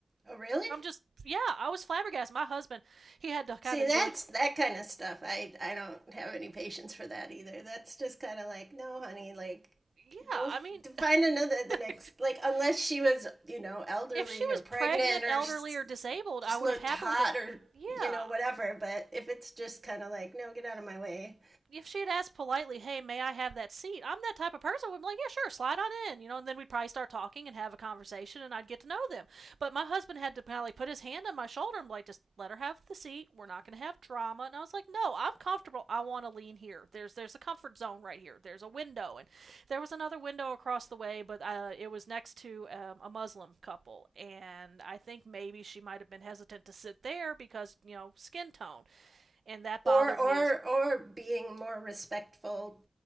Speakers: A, on the right; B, on the right.
A: Oh, really?
B: I'm just, yeah, I was flabbergasted. My husband, he had to kind
A: See,
B: of
A: that's
B: be like,
A: that kind of stuff. I I don't have any patience for that either. That's just kind of like, no, honey, like
B: yeah,
A: go
B: I mean,
A: f- find another the
B: <laughs>
A: next like unless she was, you know, elderly
B: if she was
A: or pregnant
B: pregnant,
A: or
B: elderly,
A: s-
B: or disabled,
A: just
B: I would
A: looked
B: have happily
A: hot
B: been,
A: or
B: yeah,
A: you know whatever, but if it's just kind of like, no, get out of my way.
B: if she had asked politely, "Hey, may I have that seat?" I'm that type of person. I'm like, "Yeah, sure, slide on in," you know, and then we'd probably start talking and have a conversation, and I'd get to know them. But my husband had to probably put his hand on my shoulder and be like, "Just let her have the seat. We're not going to have drama." And I was like, "No, I'm comfortable. I want to lean here. There's there's a comfort zone right here. There's a window, and there was another window across the way, but uh, it was next to um, a Muslim couple, and I think maybe she might have been hesitant to sit there because you know skin tone, and that bothered
A: Or or
B: me as
A: or being more respectful